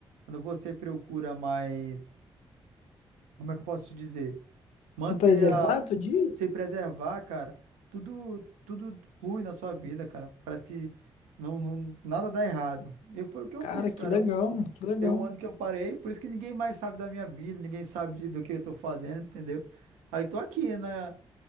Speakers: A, on the right; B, on the left.
A: quando você procura mais, como é que eu posso te dizer? Manter
B: Se preservar,
A: a
B: tu diz?
A: se preservar, cara, tudo tudo flui na sua vida, cara. Parece que não, não- nada dá errado. E foi o que eu
B: Cara,
A: fiz,
B: que
A: cara.
B: legal,
A: Um,
B: mano, que legal.
A: tem um ano que eu parei, por isso que ninguém mais sabe da minha vida, ninguém sabe de- do que eu tô fazendo, entendeu? Aí tô aqui, né?